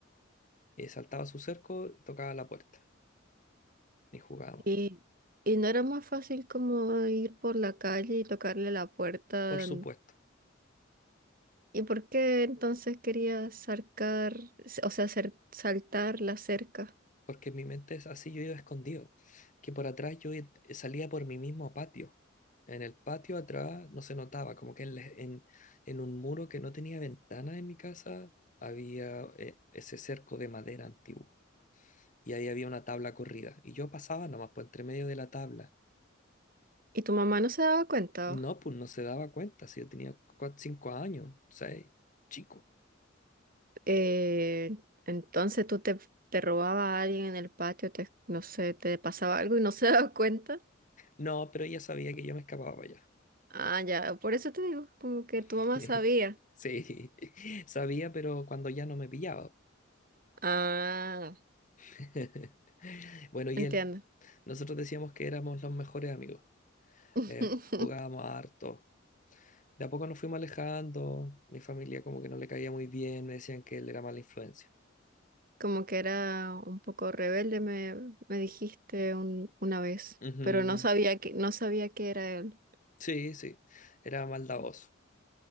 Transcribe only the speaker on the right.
Y, y no era más fácil como ir por la calle y tocarle la puerta.
¿Y por qué entonces querías sarcar, o sea, hacer saltar la cerca?
¿Y tu mamá no se daba cuenta?
Eh, entonces tú te, te robaba a alguien en el patio, te, no sé, te pasaba algo y no <laughs> se daba cuenta.
Ah, ya, por eso te digo, como que
tu mamá sabía.
Ah,
entiendo.
<laughs>
Como que era un poco rebelde, me, me dijiste un- una vez,
pero no sabía que, no sabía que era él.